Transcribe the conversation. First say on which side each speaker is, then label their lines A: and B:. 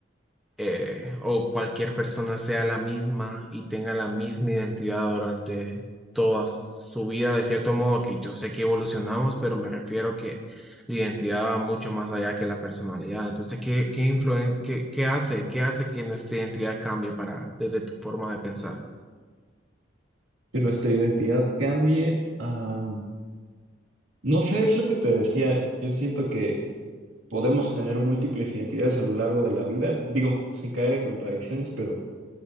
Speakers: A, in the centre; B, on the right.
A: eh, o cualquier persona sea la misma y tenga la misma identidad durante toda su vida, de cierto modo que yo sé que evolucionamos, pero me refiero que la identidad va mucho más allá que la personalidad. Entonces, ¿qué, qué influen- qué, qué hace? ¿Qué hace que nuestra identidad cambie para, desde tu forma de pensar?
B: que nuestra identidad cambie. ah, no sé, es lo que te decía. Yo siento que podemos tener múltiples identidades a lo largo de la vida, digo, sin caer en contradicciones, pero,